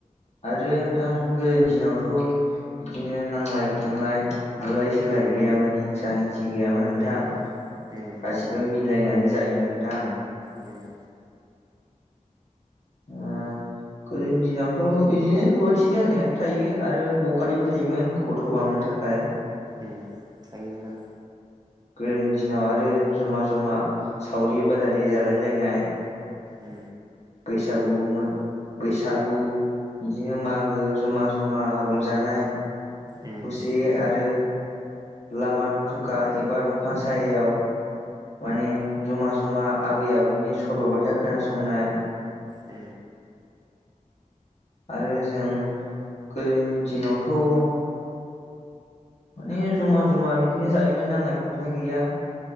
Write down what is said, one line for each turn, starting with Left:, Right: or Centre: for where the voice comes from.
Left: आरो नोंथां गोदोनि दिनावथ' बिदिनो नांलाय खमलाय बुलाय सोलाय गैयामोन हिंसा हिं <unintelligible> गैयामोन नोंथां
Right: उम
Left: गासिबो
Right: उम
Left: मिलायनानै जायोमोन नोंथां।
Right: उम।
Left: ओ गोदोनि दिनावथ बिदिनो रुवाथि दाहोनाया थायो आरो बखालिबो थायोमोन। गथ बामनो थाखाय।
Right: ओम थायो नोंथां।
Left: गोदोनि दिना आरो जमा-जमा सावरि-बादालि जालाय लायनाय
Right: उ
Left: बैसागु मो बैसागु बिदिनो मागो जमा-जमा रंजानाय
Right: उम
Left: खौसेयै आरो लामा दथ'खा एबा दंफां सायायाव माने जमा-जमा आबै आबौनि सल'बाथा खोनासंनाय।
Right: उ
Left: आरो जों गोदोनि दिनावथ' माने जमा-जमा बिदिनो जायोमोन नांलाय खमलाय गैया।